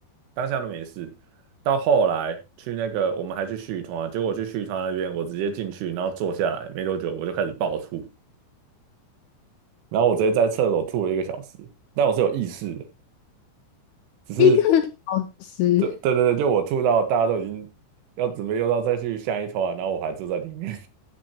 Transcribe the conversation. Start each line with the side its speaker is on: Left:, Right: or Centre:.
Right: 当下都没事。到后来去那个，我们还去续团啊，结果去续团那边，我直接进去，然后坐下来没多久，我就开始暴吐，然后我直接在厕所吐了一个小时，但我是有意识的，只是
Left: 一个小时，
Right: 对对对对，
Left: <laughs>
Right: 就我吐到大家都已经要准备又到再去下一团，然后我还坐在里面，